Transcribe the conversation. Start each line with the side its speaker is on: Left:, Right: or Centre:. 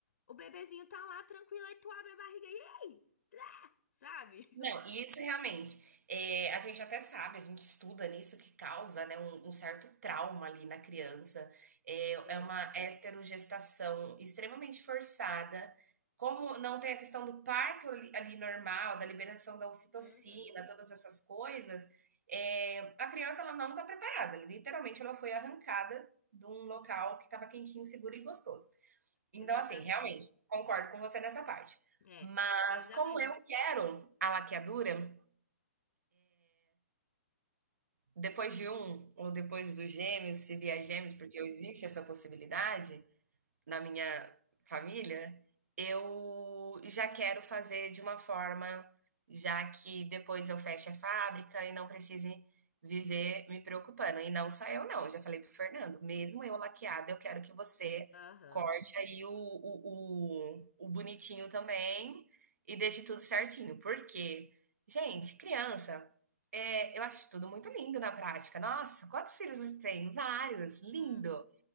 Left: o bebezinho tá lá tranquilo, aí tu abre a barriga e ei, sabe?
Right: Não,
Left: <laughs>
Right: e isso realmente, eh, a gente até sabe, a gente estuda nisso que causa, né, um um certo trauma ali na criança, eh,
Left: É.
Right: é uma esterogestação extremamente forçada, como não tem a questão do parto ali ali normal, da liberação da ocitocina,
Left: Uhum.
Right: todas essas coisas, eh, a criança ela não está preparada, literalmente ela foi arrancada de um local que estava quentinho, seguro e gostoso. Então,
Left: Exatamente.
Right: assim, realmente, concordo com você nessa parte.
Left: É,
Right: Mas
Left: exatamente.
Right: como eu quero a laqueadura, depois de um ou depois dos gêmeos, se vier gêmeos, porque existe essa possibilidade, na minha família, eu já quero fazer de uma forma já que depois eu fecho a fábrica e não precise viver me preocupando. E não só eu, não. Eu já falei pro Fernando, mesmo eu laqueada, eu quero que você
Left: Aham.
Right: corte aí o, o, o, o bonitinho também e deixe tudo certinho. Porque, gente, criança, é, eu acho tudo muito lindo na prática. Nossa, quantos filhos você tem? Vários, lindo.
Left: Hum,